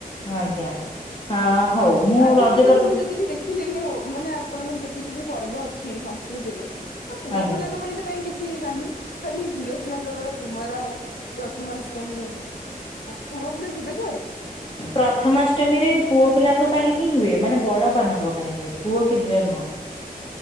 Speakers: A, on the left (about 35°); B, on the left (about 80°).
A: ଆଜ୍ଞା ଆ ହଉ ମୁଁ
B: ଆଜି
A: ରଜପର୍ବ
B: ପର୍ଯ୍ୟନ୍ତ ମୁଁ <inaudible> ମାନେ ଆପଣଙ୍କର ଯେତିକି ବି ପର୍ବ ଅଛି ସଂସ୍କୃତିରେ ତ ପୁଅ
A: ଆଜ୍ଞା।
B: ପିଲାଙ୍କ ପାଇଁ ତ କାହିଁକି କିଛି କିଛି ନାହିଁ ଖାଲି ଝିଅ ପିଲାଙ୍କର କୁମାର ପ୍ରଥମାଷ୍ଟମୀ ତ ପୁଅ ପିଲା ଯିବେ କୁଆଡେ?
A: ପ୍ରଥମାଷ୍ଟମୀରେ ପୁଅ ପିଲାଙ୍କ ପାଇଁ ହିଁ ହୁଏ ମାନେ ବଡ ମାନଙ୍କ ପାଇଁ ହୁଏ ପୁଅ କି ଝିଅ ନୁହଁ।